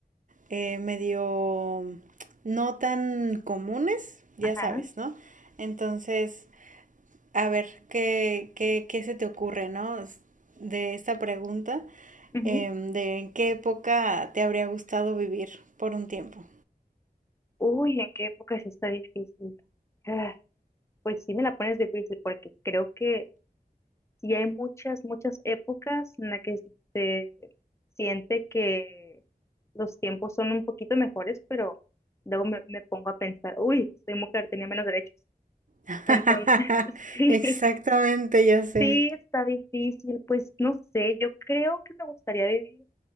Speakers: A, on the right; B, on the left.
A: eh, medio no tan comunes, ya
B: Ajá.
A: sabes, ¿no? Entonces, a ver, ¿qué, qué, qué se te ocurre, ¿no? S- De esta pregunta,
B: ujú.
A: em, de en qué época te habría gustado vivir por un tiempo.
B: Uy, ¿en qué época sí está difícil? Ah, Pues sí me la pones difícil porque creo que sí hay muchas, muchas épocas en las que se siente que los tiempos son un poquito mejores, pero luego me, me pongo a pensar, uy, soy mujer, tenía menos derechos.
A: <laughs>
B: Entonces, <laughs> sí,
A: Exactamente, ya sé.
B: sí, está difícil, pues no sé, yo creo que me gustaría vivir